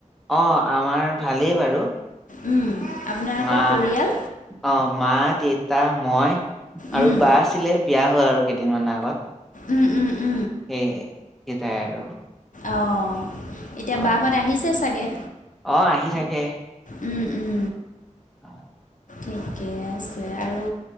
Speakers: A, in the centre; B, on the left (about 85°).
A: অঁ আমাৰ ভালেই বাৰু
B: উম, আপোনালোকৰ
A: মা
B: পৰিয়াল?
A: অ মা দেউতা মই
B: উম,
A: আৰু বা আছিলে বিয়া হ'ল আৰু কেইদিনমানৰ আগত
B: উম উম উম
A: সেই সটাই আৰু
B: অঁ এতিয়া
A: হয়,
B: বাঁহত আহিছে চাগে
A: অ আহি থাকে
B: উম উম
A: অ
B: ঠিকে আছে আৰু